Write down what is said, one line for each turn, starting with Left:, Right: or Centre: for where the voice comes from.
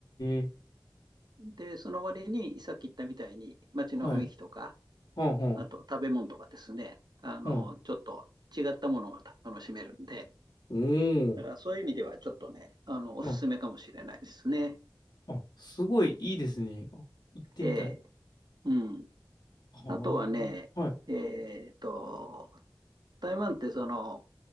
Left: え。
Right: で、その割に、さっき言ったみたいに、街の雰囲気とか、
Left: はい。はんはん。
Right: あと食べ物とかですね、あの、
Left: はい。
Right: ちょっと違ったものが楽しめるんで、
Left: おお。
Right: だからそういう意味ではちょっとね、あの、おすすめかもしれないですね。
Left: はい。あ、すごいいいですね。あ、行ってみたい。
Right: ええ、うん。
Left: はあ。
Right: あとはね、
Left: はい。
Right: えっと、台湾ってその、